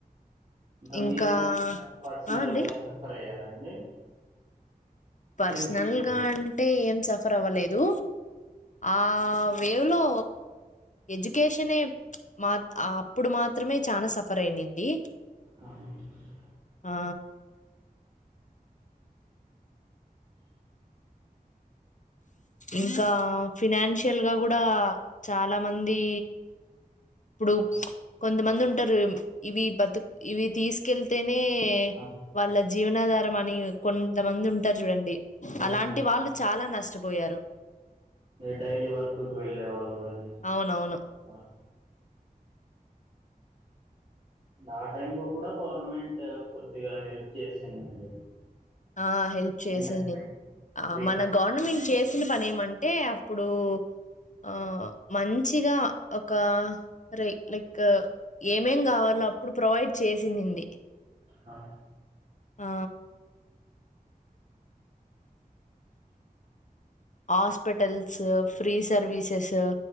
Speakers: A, on the right (about 45°); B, on the left (about 55°).
A: ఇంక
B: ఇంకా
A: మీరేమ పర్సనల్
B: ఆ! అండి.
A: గా సఫర్ అయ్యారు అండి అంటే
B: పర్సనల్గా
A: మీరు
B: అం టే ఏం సఫర్ అవ్వలేదు ఆ వేవ్లో ఎడ్యుకేషనే మా త్ అప్పుడు మాత్రమే చానా సఫర్ అయినింది
A: ఆహ్ <inaudible>
B: ఆ! ఇంకా ఫినాన్షియల్ గా గుడా చాలా మందీ ఇప్పుడు
A: ఆ,
B: కొంతమంది ఉంటారు ఇవి బతు ఇవి తీసుకెళ్తేనే
A: ఆ,
B: వాళ్ళ జీవనాధారం అని ఇ కొంతమంది ఉంటారు చూడండి
A: అవున
B: అలాంటి వాళ్ళు చాలా నష్టపోయారు
A: డైలీ వర్క్ కి వెళ్ళే వాళ్ళు గాని
B: అవునవును
A: ల నా టైం లో కూడా గవర్నమెంట్ కొద్దిగా హెల్ప్ చేసిందండి
B: ఆ హెల్ప్ చేసి
A: ఎంటర్టైన్మెంట్
B: నేను ఆ
A: ఫ్రీగా
B: మన గవర్నమెంట్ చే చ్చిన పని ఏమంటే అప్పుడు ఆ మంచిగా ఒక రే లైక్ ఏమేం కావాలి వాళ్ళు అప్పుడు ప్రొవైడ్ చేసిన్నింది
A: ఆ
B: ఆ హాస్పిటల్స్ ఫ్రీ సర్వీసెస్ తా